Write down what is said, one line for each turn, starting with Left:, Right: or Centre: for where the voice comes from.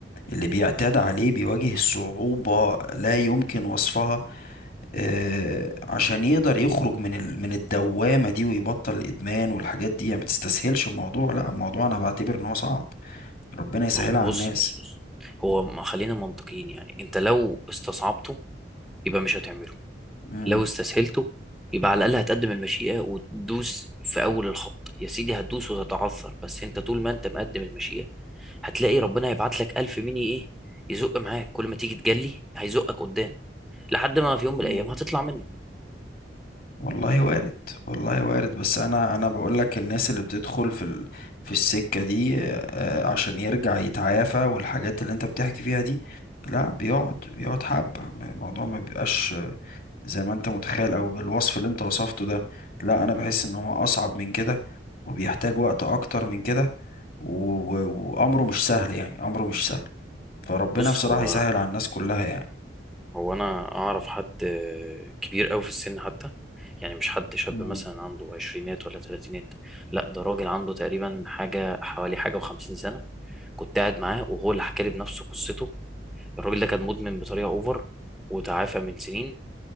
Left: اللي بيعتاد عليه بيواجه صعوبة لا يمكن وصفها آه، عشان يقدر يخرج من ال... من الدوامة دي ويبطل الإدمان والحاجات دي يعني ما تستسهلش الموضوع لا الموضوع أنا بعتبر إن هو صعب ربنا يسهلها
Centre: ما هو
Left: على
Centre: بص
Left: الناس
Centre: بص بص هو ما خلينا منطقيين يعني انت لو استصعبته يبقى مش هتعمله
Left: مم.
Centre: لو استسهلته يبقى على الاقل هتقدم المشيئة وتدوس في اول الخط يا سيدي هتدوس وتتعثر بس انت طول ما انت مقدم المشيئة هتلاقي ربنا هيبعت لك الف مني ايه يزق معاك كل ما تيجي تجلي هيزقك قدام لحد ما في يوم من
Left: مم.
Centre: الايام هتطلع منه
Left: والله وارد والله وارد بس أنا أنا بقول لك الناس اللي بتدخل في ال... في السكة دي آه، عشان يرجع يتعافى والحاجات اللي أنت بتحكي فيها دي لا بيقعد بيقعد حبة الموضوع ما بيبقاش زي ما انت متخيل او بالوصف اللي انت وصفته ده لا انا بحس ان هو اصعب من كده وبيحتاج وقت اكتر من كده و- و- وامره مش سهل يعني امره مش سهل فربنا
Centre: بص
Left: بصراحة
Centre: هو
Left: يسهل على الناس كلها يعني
Centre: هو انا اعرف حد كبير قوي في السن حتى يعني مش حد شاب
Left: مم.
Centre: مثلا عنده عشرينات ولا تلاتينات لا ده راجل عنده تقريبا حاجة حوالي حاجة وخمسين سنة كنت قاعد معاه وهو اللي حكالي بنفسه قصته الراجل ده كان مدمن بطريقة اوفر وتعافى من سنين